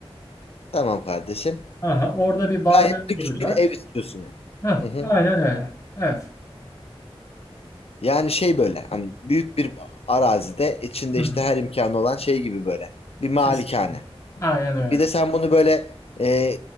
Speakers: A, on the left (about 70°); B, on the left (about 30°).
A: Tamam kardeşim.
B: Aha, orada bir barmen
A: Gayet lüks
B: olacak.
A: bir ev istiyorsun yani.
B: Heh,
A: Hı hı.
B: aynen öyle. Evet.
A: Yani şey böyle hani büyük bir arazide içinde
B: Hı
A: işte
B: hı,
A: her imkanı olan şey gibi böyle. Bir malikane.
B: kesin. Aynen öyle.
A: Bir de sen bunu böyle e,